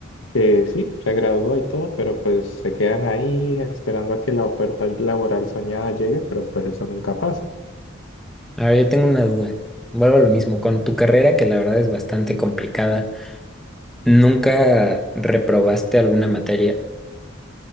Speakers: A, on the left (about 80°); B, in the centre.
A: que sí, se gradúa y todo, pero pues se quedan ahí esperando a que la oferta laboral soñada llegue, pero pues eso nunca pasa.
B: A ver, yo tengo una duda. Vuelvo a lo mismo, con tu carrera, que la verdad es bastante complicada, ¿nunca reprobaste alguna materia?